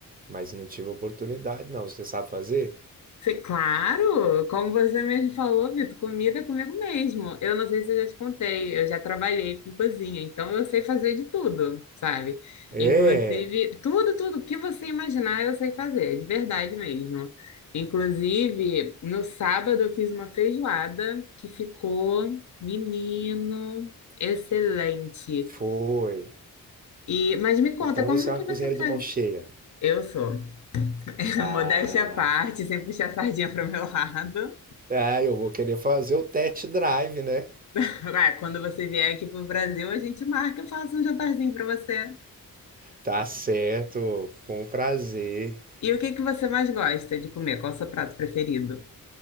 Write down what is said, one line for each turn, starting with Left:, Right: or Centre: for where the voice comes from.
Right: mas não tive oportunidade, não. Você sabe fazer?
Left: Cê- claro, como você mesmo falou, Vitor, comida é comigo mesmo. Eu não sei se eu já te contei, eu já trabalhei com cozinha, então eu sei fazer de tudo, sabe?
Right: É.
Left: Inclusive, tudo, tudo que você imaginar eu sei fazer, de verdade mesmo. Inclusive, no sábado eu fiz uma feijoada que ficou, menino, excelente.
Right: Foi.
Left: E, mas me conta,
Right: Então
Left: como
Right: você é
Left: que
Right: uma cozinheira
Left: você faz?
Right: de mão cheia.
Left: Eu sou, <laughs>
Right: Ah,
Left: modéstia à parte, sem puxar a sardinha para o meu lado.
Right: ah, eu vou querer fazer o test drive, né?
Left: Tipo, Ah, quando você vier aqui pro Brasil, a gente marca, eu faço um jantarzinho para você.
Right: Tá certo, com prazer.
Left: E o que que você mais gosta de comer? Qual é o seu prato preferido?